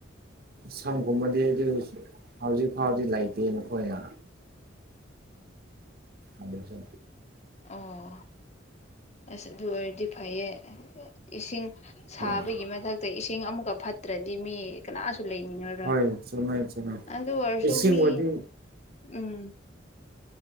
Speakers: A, on the right; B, on the left.
A: ꯁꯝꯒꯨꯝꯕꯗꯤ ꯑꯗꯨ ꯍꯧꯖꯤꯛ ꯐꯥꯎꯗꯤ ꯂꯩꯇꯦ ꯅꯈꯣꯏꯅ ꯑꯗꯁ
B: ꯑꯣ ꯑꯁ ꯑꯗꯨ ꯑꯣꯏꯔꯗꯤ ꯐꯩꯌꯦ ꯏꯁꯤꯡ ꯁꯥꯕꯒꯤ
A: ꯑꯥ
B: ꯃꯊꯛꯇ ꯏꯁꯤꯡ ꯑꯃꯨꯛꯀ ꯐꯠꯇ꯭ꯔꯗꯤ ꯃꯤ ꯀꯅꯥꯁꯨ ꯂꯩꯅꯤꯡꯉꯔꯣꯏ
A: ꯍꯣꯏ ꯆꯨꯝꯃꯦ ꯆꯨꯝꯃꯦ
B: ꯑꯗꯨ ꯑꯣꯏꯔꯁꯨ
A: ꯏꯁꯤꯡꯕꯨꯗꯤ
B: ꯃꯤ ꯎꯝ